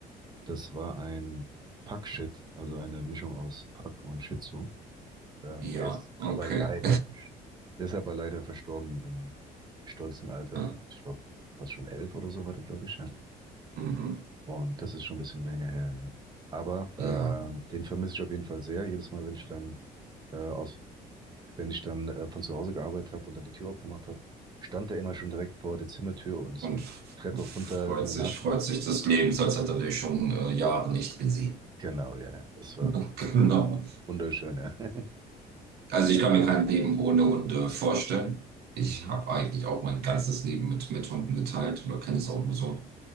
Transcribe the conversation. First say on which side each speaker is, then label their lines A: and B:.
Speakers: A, on the right; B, on the right.
A: das war ein Pack-Shit, also eine Mischung aus Pack und Shih Tzu. Ähm,
B: ja,
A: der ist
B: okay.
A: aber leider, der ist aber leider verstorben im stolzen Alter
B: Ja,
A: von, ich glaube, fast schon elf oder so war der, glaube ich, ja.
B: Mhm.
A: Und das ist schon ein bisschen länger her. ja. Aber
B: Ja,
A: äh, den vermisse ich auf jeden Fall sehr. Jedes Mal, wenn ich dann äh, aus, wenn ich dann äh, von zu Hause gearbeitet habe und dann die Tür aufgemacht habe, stand er immer schon direkt vor der Zimmertür und ist
B: und
A: mit
B: f-
A: der Treppe
B: freut
A: runter eine
B: sich,
A: nach.
B: freut
A: Ja,
B: sich des Lebens, als hätte er dich schon äh, Jahre nicht gesehen.
A: Genau, ja, ja. Das war
B: <laughs> Genau.
A: wunderschön, ja. <laughs>
B: Also ich kann mir kein Leben ohne Hunde vorstellen. Ich
A: Mhm.
B: habe eigentlich auch mein ganzes Leben mit, mit Hunden geteilt oder kenne es auch nur so.